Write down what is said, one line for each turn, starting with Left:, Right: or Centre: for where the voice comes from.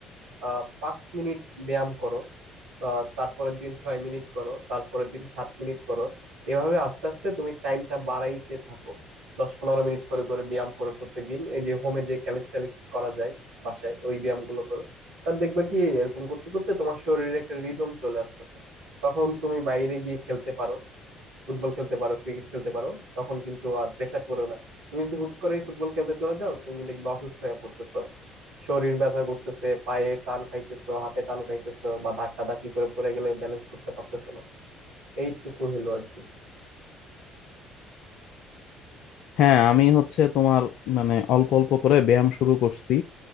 Right: আহ পাঁচ মিনিট ব্যায়াম করো আহ তারপরের দিন ছয় মিনিট করো তারপরের দিন সাত মিনিট করো এভাবে আস্তে আস্তে তুমি টাইমটা বাড়াইতে থাকো দশ পনেরো মিনিট করে করে ব্যায়াম করো প্রত্যেকদিন এই যে হোমে যে ক্যালিস্টেনিক্স করা যায় বাসায় ওই ব্যায়াম গুলো করো তার দেখবা কি এরকম করতে করতে তোমার শরীরে একটা রিদম চলে আসতেছে তখন তুমি বাইরে গিয়ে খেলতে পারো ফুটবল খেলতে পারো ক্রিকেট খেলতে পারো তখন কিন্তু আর প্রেসার পড়েও না তুমি যদি হুট করে ফুটবল খেলতে চলে যাও তুমি দেখবে অসুস্থ হয়ে পড়তেছো শরীর ব্যথা করতেছে পায়ে টান খাইতেছো হাতে টান খাইতেছো বা ধাক্কা ধাক্কি করে পড়ে গেলে ব্যালেন্স করতে পারতেছো না এইটুকু হলো আর কি
Left: হ্যাঁ আমি হচ্ছে তোমার মানে অল্প অল্প করে ব্যায়াম শুরু করছি